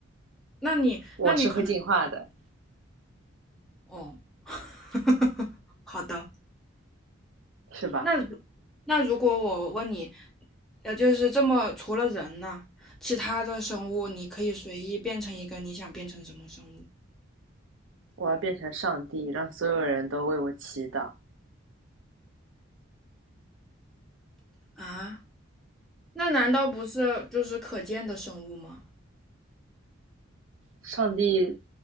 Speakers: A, in the centre; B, on the right.
A: 那你那你可能
B: 我是会进化的，
A: 哦，<laughs> 好的，
B: 是吧？
A: 那如那如果我问你，呃，就是这么除了人呢，其他的生物你可以随意变成一个你想变成什么生物
B: 我要变成上帝，让所有人都为我祈祷。
A: 啊？那难道不是就是可见的生物吗？
B: 上帝